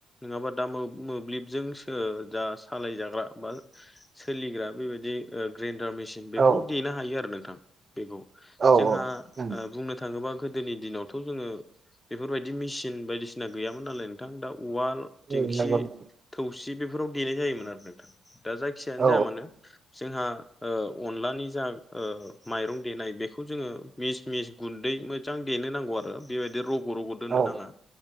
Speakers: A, on the left; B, on the right.
A: नङाबा दा मोब्लिबजों जा सालायजाग्रा बा सोलिग्रा बेबायदि ग्रेन्डार मेसिन
B: औ
A: बेफोराव देनो हायो आरो नोंथां बेखौ
B: औ
A: जोंहा
B: उम
A: बुं नो थाङोबा गोदोनि दिनावथ' जोङो बेफोरबायदि मेसिन बायदिसिना गैयामोन नालाय नोंथां दा उवाल
B: उम
A: दिंखि
B: नंगौ नंगौ
A: थौसि बेफोराव देनाय जायोमोन आरो नोंथां दा जायखिजायानो
B: औ
A: जाया मानो जोंहा औ अनलानि जा माइरं देनाय बेखौ जोङो मिस मिस गुन्दै मो जां देनो नांगौ आरो बेबायदि रग' रग' दोननो
B: औ
A: नाङा